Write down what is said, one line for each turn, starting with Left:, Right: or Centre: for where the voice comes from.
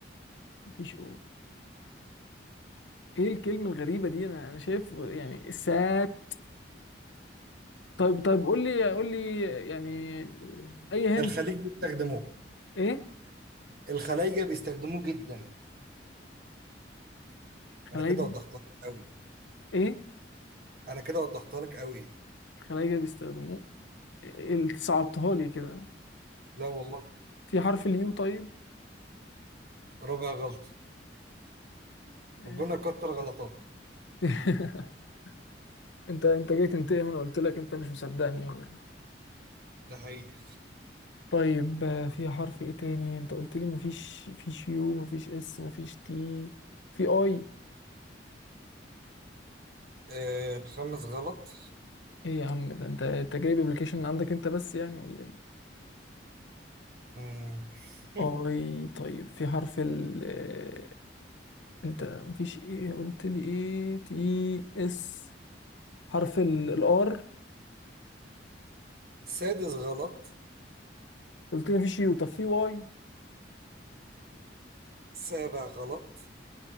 Left: مفيش او ايه الكلمة الغريبة دي انا انا شايف يعني السات طيب طيب قول لي قول لي يعني اي هند
Right: الخليج بيستخدموه
Left: ايه
Right: الخلايجة بيستخدموه جدا
Left: خلايجة
Right: أنا كده وضحتها لك أوي
Left: ايه
Right: أنا كده وضحتها لك أوي
Left: خلايجة بيستخدموه ال- صعبتها لي كده
Right: لا والله
Left: في حرف اليو طيب
Right: رابع غلطة
Left: إيه.
Right: ربنا كتر غلطاتك
Left: <laughs> انت انت جاي تنتقم انا قلت لك انت مش مصدقني ولا إيه؟
Right: ده حقيقي
Left: طيب آه، في حرف ايه تاني انت قلت لي مفيش فيش يو مفيش اس مفيش تي في اي
Right: آه خامس غلط
Left: ايه يا عم ده انت انت جايب ابلكيشن عندك انت بس يعني ولا ايه
Right: مم. <laughs>
Left: اي طيب في حرف ال آه، انت مفيش ايه قلت لي ايه تي اس حرف الار
Right: سادس غلط
Left: قلت لي مفيش يو طب في واي
Right: سابع غلط